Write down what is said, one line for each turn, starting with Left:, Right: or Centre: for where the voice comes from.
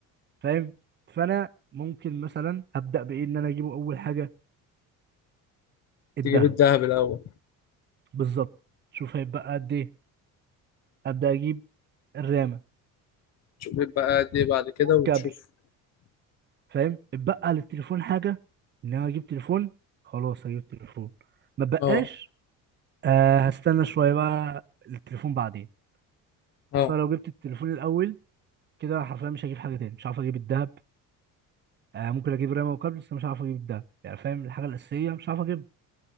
Right: فاهم فأنا ممكن مثلا أبدأ بإيه إن أنا أجيبه أول حاجة الذهب
Left: تجيب الذهب الاول
Right: بالظبط شوف هيبقى قد إيه أبدأ أجيب الرامة
Left: تشوف بيبقى قد ايه بعد كده
Right: والكابل
Left: وتشوف
Right: فاهم اتبقى للتليفون حاجه ان انا اجيب تليفون خلاص هجيب تليفون ما بقاش
Left: اه
Right: آه هستنى شويه بقى للتليفون بعدين
Left: اه
Right: اصل أنا لو جبت التليفون الاول كده حرفيا مش هجيب حاجه تاني مش هعرف اجيب الذهب آه ممكن اجيب رامه وكابل بس مش هعرف اجيب الذهب يعني فاهم الحاجه الاساسيه مش هعرف اجيبها